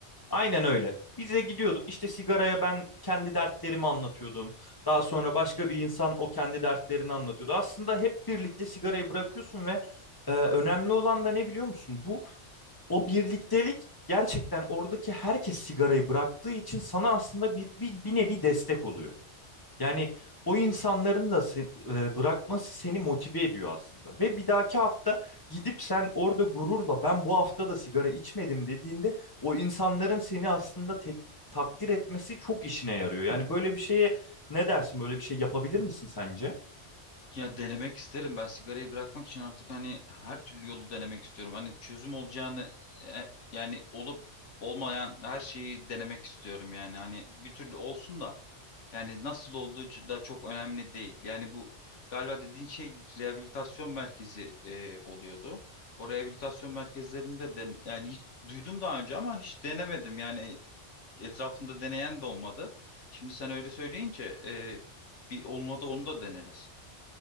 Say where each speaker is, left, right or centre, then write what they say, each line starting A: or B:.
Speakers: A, on the left; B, on the left.
A: Aynen öyle. Biz de gidiyorduk. İşte sigaraya ben kendi dertlerimi anlatıyordum. Daha sonra başka bir insan o kendi dertlerini anlatıyordu. Aslında hep birlikte sigarayı bırakıyorsun ve e, önemli olan da ne biliyor musun? Bu o birliktelik gerçekten oradaki herkes sigarayı bıraktığı için sana aslında bir, bir, bir nevi destek oluyor. Yani o insanların da se- e, bırakması seni motive ediyor aslında. Ve bir dahaki hafta gidip sen orada gururla ben bu hafta da sigara içmedim dediğinde o insanların seni aslında tek, takdir etmesi çok işine yarıyor. Yani böyle bir şeye ne dersin? Böyle bir şey yapabilir misin sence?
B: Ya denemek isterim ben sigarayı bırakmak için artık hani her türlü yolu denemek istiyorum. Hani çözüm olacağını e, yani olup olmayan her şeyi denemek istiyorum yani hani bir türlü olsun da Yani nasıl olduğu da çok önemli değil. Yani bu galiba dediğin şey rehabilitasyon merkezi e, oluyordu. O rehabilitasyon merkezlerinde de yani hiç duydum daha önce ama hiç denemedim. Yani etrafımda deneyen de olmadı. Şimdi sen öyle söyleyince e, bir onunla da onu da deneriz.